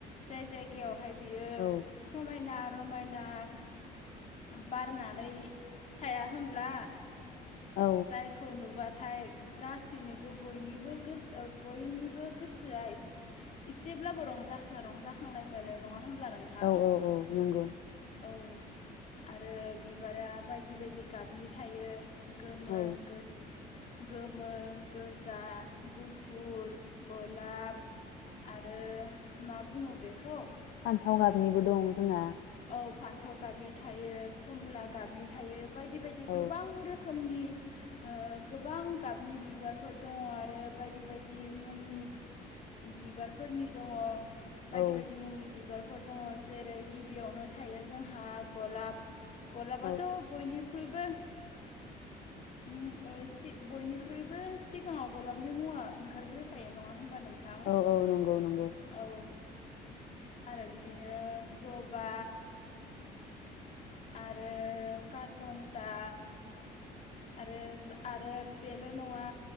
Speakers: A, on the left (about 45°); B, on the left (about 65°).
A: जाय जायगायाव ओमहाय बियो
B: औ
A: समायना रमायना बारनानै थाया होनोमब्ला?
B: औ
A: जाय खुनबा थाइ गासिनोबो बयनिबो गोसो बयनिबो गोसोआ एसेब्लाबो रंज रंजाखांनाय मोनो नङा होनब्ला नोंथां
B: औ औ औ नंगौ
A: औ आरो बिबारा बायदि बायदि गाबनि थायो। गोमो
B: औ
A: गो गोमो, गोजा, गुफुर, गलाब आरो मा बुङो बेखौ
B: फान्थाव
A: ओ
B: गाबनिबो दं जोंना
A: औ फान्थाव गाबनि थायो खमला गाबनि थायो। बायदि बायदि
B: औ
A: गोबां रोखोम रोखोमनि ओ गोबां गाबनि बिबारफोर दङ आरो बायदि बायदि मुंनि बिबारफोरनि दङ। बायदि
B: औ
A: बायदि मुंनि बिबारफोर दङ। जेरै गिबियावनो थायो जोंहा गलाब गलाबाथ'
B: औ
A: बयनिख्रइ बयनिख्रुइबो ओ सि बयनिख्रुइबो सिगाङाव गलाबनि मुंआ ओंखारग्रोखायो नङा होमबा नोंथां।
B: औ औ नंगौ नंगौ
A: औ आरो बिदिनो जबा आरो काटनन्टा आरो आरो बेल' नङा